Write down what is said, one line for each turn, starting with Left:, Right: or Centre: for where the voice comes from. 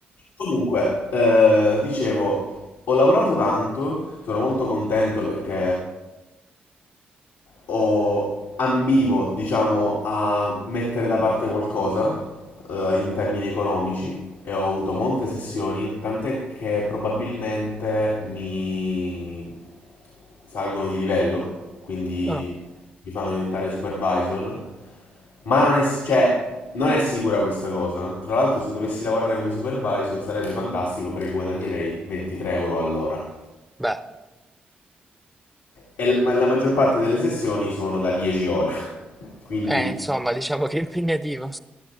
Left: Comunque, eh, dicevo, ho lavorato tanto, sono molto contento perché ho, ambivo, diciamo, a mettere da parte qualcosa, eh, in termini economici e ho avuto molte sessioni, tant'è che probabilmente mi salgono di livello, quindi
Centre: Ah,
Left: li fanno diventare supervisor, ma non è, s- cioè, non è sicura questa cosa. Tra l'altro, se dovessi lavorare come supervisor sarebbe fantastico perché guadagnerei 23 euro all'ora.
Centre: beh,
Left: E l- ma la maggior parte delle sessioni sono da 10 ore. <laughs> Quindi,
Centre: eh, insomma, diciamo che è impegnativo.